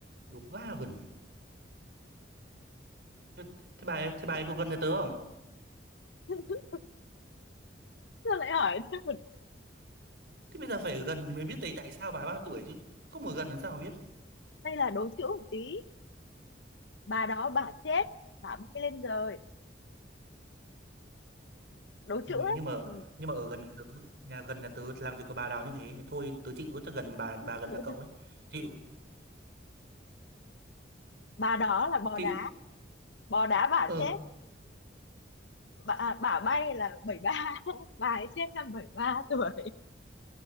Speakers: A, on the right; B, on the left.
A: đúng quá vẩn Thế thế bà ấy, thế bà ấy có gần nhà tớ không?
B: <laughs> tôi lại hỏi thêm một
A: Thế bây giờ phải ở gần thì mới biết tại tại sao bà ấy bao tuổi chứ. Không ở gần làm sao mà biết.
B: đây là đố chữ một tí bà đó bà chết bà bay lên trời đố
A: Thôi
B: chữ ấy
A: nhưng mà
B: Ừ.
A: nhưng mà ở gần nhà tớ, nhà gần nhà tớ làm gì có bà nào như thế. Thôi tớ chịu tớ gần bà bà
B: <laughs>
A: gần nhà cậu ấy. Chịu,
B: bà đó là bò
A: chịu.
B: đá bò đá bà
A: Ừ.
B: chết bà, à, bà bay là bảy ba <laughs> bà ấy chết năm bảy ba tuổi